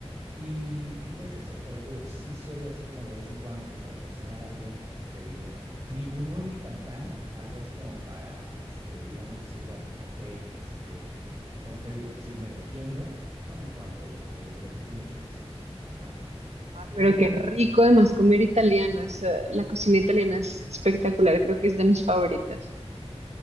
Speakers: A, on the right (about 30°); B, on the right (about 85°).
A: Y, y pues eso, pero te digo, sí soy así como de vez en cuando, como de cocinar algo, te digo, ni muy, muy, ni tan, tan, algo así como para, este, digamos, decir, bueno, ok, este, como te digo, decir, me defiendo, <laughs> ¿no? En cuanto de que de lo poco mucho que sé cocinar, ¿no?
B: Ah,
A: Eh,
B: pero qué rico además comer italiano. eso- la cocina italiana es espectacular, creo que es de mis favoritas.